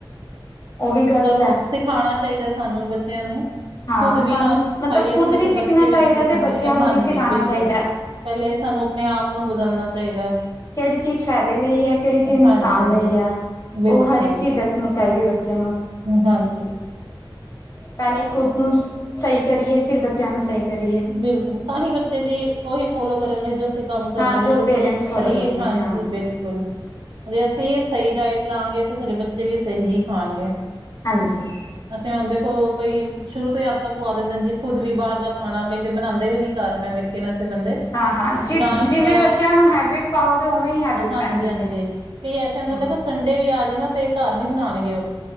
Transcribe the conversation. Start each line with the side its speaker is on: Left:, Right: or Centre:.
Left: ਉਹ ਵੀ ਗ਼ਲਤ
Right: ਚਲੋ
Left: ਹੈ
Right: ਸਿਖਾਣਾ ਚਾਈਦਾ ਸਾਨੂੰ ਬੱਚਿਆਂ ਨੂੰ
Left: ਹਾਂ
Right: ਖੁਦ ਵੀ
Left: ਸਾਨੂੰ
Right: ਨਾ
Left: ਮਤਲਬ
Right: ਖਾਈਏ
Left: ਖੁਦ
Right: ਤੇ ਦੇਖੋ
Left: ਸਿੱਖਣਾ
Right: ਬੱਚੇ ਵੀ
Left: ਚਾਹੀਦਾ
Right: ਨਈ ਸਿੱਖਣਗੇ,
Left: ਤੇ ਬੱਚਿਆਂ
Right: ਅ
Left: ਨੂੰ
Right: ਹਾਂਜੀ,
Left: ਵੀ ਸਿਖਾਉਣਾ
Right: ਬਿਲਕੁਲ।
Left: ਚਾਹੀਦਾ ਹੈ
Right: ਪੈਲੇ ਸਾਨੂੰ ਅਪਣੇ ਆਪ ਨੂੰ ਬਦਲਣਾ ਚਾਈਦੈ।
Left: ਕੇੜੀ ਚੀਜ਼ ਫਾਇਦੇ ਲਈ ਐ, ਕੇੜੀ ਚੀਜ਼ ਨੁਕਸਾਨ
Right: ਹਾਂਜੀ ਹਾਂਜੀ
Left: ਲਈ ਐ,
Right: ਬਿਲਕੁਲ
Left: ਉਹ ਹਰ ਇੱਕ
Right: ਜੀ
Left: ਚੀਜ਼ ਦੱਸ ਨੀ ਚਾਈਦੀ ਬੱਚੇ ਨੂੰ
Right: ਹਾਂਜੀ।
Left: ਪੈਲੇ ਖੁਦ ਨੂੰ ਸਈ ਕਰੀਏ ਫਿਰ ਬੱਚਿਆਂ ਨੂੰ ਸਈ ਕਰੀਏ।
Right: ਬਿਲਕੁਲ ਤਾਂ ਹੀ ਬੱਚੇ ਜੀ ਉਹੀ ਫੋਲੋ ਕਰਨਗੇ ਜੋ ਅਸੀਂ ਕੰਮ ਕਰਾਂਗੇ
Left: ਹਾਂ ਜੋ
Right: ਸ਼ੁਰੂ
Left: ਪੇਰੈਂਟਸ
Right: ਤੋਂ ਸਹੀ
Left: ਫੋਲੋ ਕਰੇਗੇ
Right: ਹਾਂਜੀ,
Left: ਹਾਂ ਹਾਂ
Right: ਬਿਲਕੁਲ। ਜੇ ਅਸੀਂ ਸਈ ਡਾਇਟ ਲਾਂਗੇ ਤੇ ਸਾਡੇ ਬੱਚੇ ਵੀ ਸਈ ਹੀ ਖਾਣਗੇ।
Left: ਹਾਂਜੀ।
Right: ਅਸੀਂ ਹੁਣ ਦੇਖੋ ਕਈ ਸ਼ੁਰੂ ਤੋਂ ਈ ਆਦਤਾਂ ਪਵਾ ਦਿੰਦੇ ਨੇ ਜੀ ਖੁਦ ਵੀ ਬਾਰ ਦਾ ਖਾਣਾ, ਕਈ ਤੇ ਬਣਾਂਦੇ ਵੀ ਨੀ ਘਰ ਮੈਂ ਵੇਖੇ ਨੇ ਐਸੇ ਬੰਦੇ।
Left: ਹਾਂ ਹਾਂ ਜਿ
Right: ਨਾਸ਼ਤਾ,
Left: ਜਿਵੇਂ ਬੱਚਿਆਂ ਨੂੰ ਹੈਬਿਟ ਪਾਓਗੇ ਉਵੇਂ ਹੀ ਹੈਬਿਟ
Right: ਹਾਂਜੀ-ਹਾਂਜੀ,
Left: ਪੈਂਦੀ ਹੈ।
Right: ਕਈ ਐਸੇ ਹੁੰਦੇ
Left: ਹਾਂ
Right: ਦੇਖੋ ਸੰ ਡੇ ਵੀ ਆ ਜੇ ਨਾ ਤੇ ਘਰ ਨੀ ਬਣਾਣਗੇ ਓ।